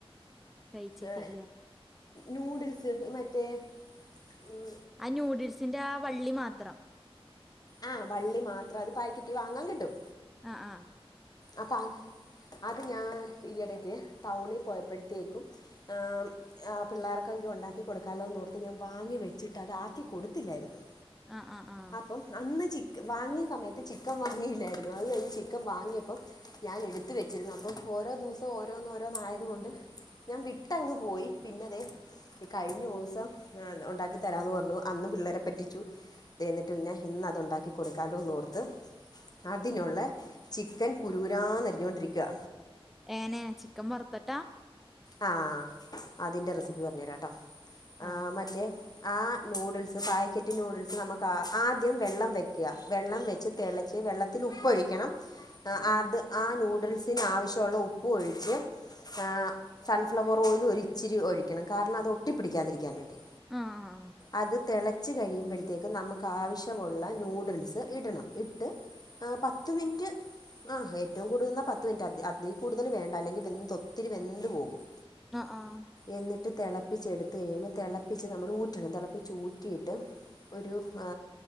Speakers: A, in the centre; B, on the left.
A: കഴിച്ചിട്ടില്ല
B: ഏ നൂഡിൽസ് ഇ മറ്റേ ഉം
A: ആഹ് ന്യൂഡിൽസിന്റെ ആ വള്ളി മാത്രം
B: ആഹ് വള്ളി മാത്രം അത് പാക്കറ്റ് വാങ്ങാൻ കിട്ടും
A: ആഹ് ആഹ്
B: അപ്പം അത് അത് ഞാൻ ഈയിടക്ക് ടൗണിൽ പോയപ്പോഴത്തേക്കും ആം ആഹ് പിള്ളേർക്കെങ്കി ഉണ്ടാക്കി കൊടുക്കാലോന്നോർത്ത് ഞാൻ വാങ്ങി വെച്ചിട്ട് അത് ആക്കി കൊടുത്തില്ലായിരുന്നു
A: അഹ് അഹ് ആഹ്
B: അപ്പം അന്ന് ചിക് വാങ്ങിയ സമയത്ത് ചിക്കൻ വാങ്ങിയില്ലായിരുന്നു അത് കഴിഞ് ചിക്കൻ വാങ്ങിയപ് അപ്പം ഞാൻ എടുത്ത വെച്ചിരുന്നു അപ്പം ഓരോ ദിവസം ഓരോന്നോഓരോന്ന് ആയത് കൊണ്ട് ഞാൻ വിട്ടങ്ങ് പോയി പിന്നെതെ ഈ കഴിഞ്ഞ ദിവസം ഉണ്ടാക്കി തരാന്ന് പറഞ്ഞു അന്ന് പിള്ളേരെ പറ്റിച്ചു തേ എന്നിട്ട് പിന്നെ ഇന്ന് അതു ഉണ്ടാക്കി കൊടുക്കാലോന്നോർത്ത് അതിനുള്ള ചിക്കൻ കുരൂനാ എന്നരിഞ്ഞുകൊണ്ടിരിക്കുക
A: ഏനെ ചിക്കൻ വറ്ത്ത്ട്ടാ
B: ആഹ് അതിൻ്റെ റെസിപ്പി പറഞ്ഞു തരാംട്ടോ
A: ആ
B: ആഹ് മറ്റേ ആ നൂഡിൽസ് പായാക്കറ്റ് നൂഡിൽസ് നമുക്ക് കാ ആദ്യം വെള്ളം വയ്ക്കുക വെള്ളം വെച്ച് തിളച്ച് വെള്ളത്തിൽ ഉപ്പൊഴിക്കണം അഹ്
A: ആ
B: അത് ആഹ് നൂഡിൽസിന് ആവശ്യമുള്ള ഉപ്പ് ഒഴിച്ച് ആഹ് സൺഫ്ലവർ ഓയിലും ഒരുരിച്ചിരി ഒഴിക്കണം കാരണം അത് ഒട്ടിപ്പിടിക്കാതിരിക്കാൻ വേണ്ടി
A: ആഹ്
B: അത് തെളച്ചു കഴിയുമ്പോഴ്ത്തേക്കും നമുക്ക് ആവശ്യമുള്ള നൂഡിൽസ് ഇടണം ഇട്ട് ആഹ് പത്ത്മിനിറ്റ് ആഹ് ഏറ്റവും കൂടുതൽനിന്നാ പത്ത് മിനിറ്റ് അതീ കൂടുതൽ വേ അല്ലെങ്കില് വെന്ത് ഒത്തിരി വെന്ത് പോകും
A: അഹ് ആഹ്
B: എന്നിട്ട് തെളപ്പിച്ചെട്ത്ത് കഴിയുമ്പൊ തെളപ്പിച്ച് നമ്മളൂറ്റണം തെളപ്പിച്ചൂറ്റിയിട്ട് ഒരു ഹാ